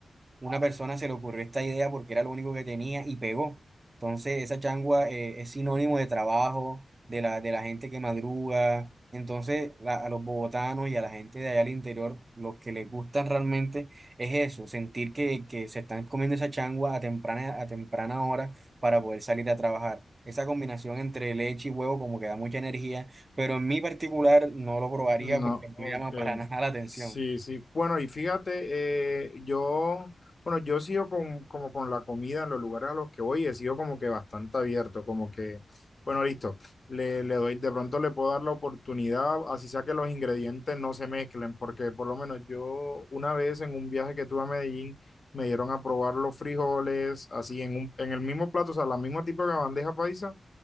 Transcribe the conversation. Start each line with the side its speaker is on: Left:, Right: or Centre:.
Right: una persona se le ocurrió esta idea porque era lo único que tenía y pegó. Entonces, esa changua eh, es sinónimo de trabajo, de la, de la gente que madruga. Entonces, la- a los bogotanos y a la gente de allá al interior, los que les gusta realmente es eso, sentir que, que se están comiendo esa changua a temprana, a temprana hora para poder salir a trabajar. Esa combinación entre leche y huevo como que da mucha energía, pero en mi particular no lo probaría
Left: No,
Right: porque no
Left: ok.
Right: me llama para <laughs> nada la atención.
Left: Sí, sí. Bueno, y fíjate, eh, yo, bueno, yo sigo con, como con la comida en los lugares a los que voy, he sido como que bastante abierto, como que, bueno, listo, le, le doy, de pronto le puedo dar la oportunidad, así sea que los ingredientes no se mezclen, porque por lo menos yo una vez en un viaje que tuve a Medellín, me dieron a probar los frijoles, así en un, en el mismo plato, o sea, la misma tipo de bandeja paisa,